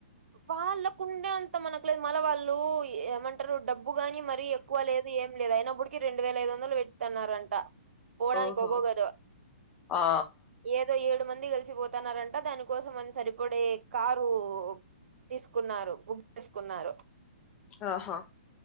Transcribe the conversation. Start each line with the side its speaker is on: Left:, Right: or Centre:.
Right: వాళ్ళకుండే అంత మనకు లేదు మల వాళ్ళు ఏమంట అంటారు డబ్బు గాని మరీ ఎక్కువ లేదు ఏం లేదు అయినప్పుటికి రెండు వేల ఐదు వందలు పెట్టుతున్నారంట పోడానికి
Left: ఓహో
Right: ఒగోగరు
Left: ఆ
Right: ఏదో ఏడు మంది కలిసిపోతున్నారంట దానికోసం అని సరిపడే కారు తీసుకున్నారు బుక్ చేసుకున్నారు
Left: ఆహా